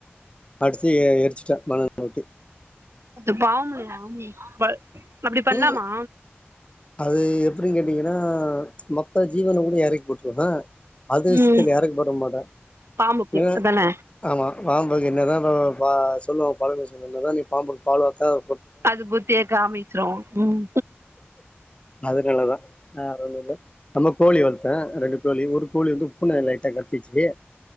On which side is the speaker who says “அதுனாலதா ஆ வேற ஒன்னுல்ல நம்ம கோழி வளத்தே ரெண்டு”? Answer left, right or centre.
Left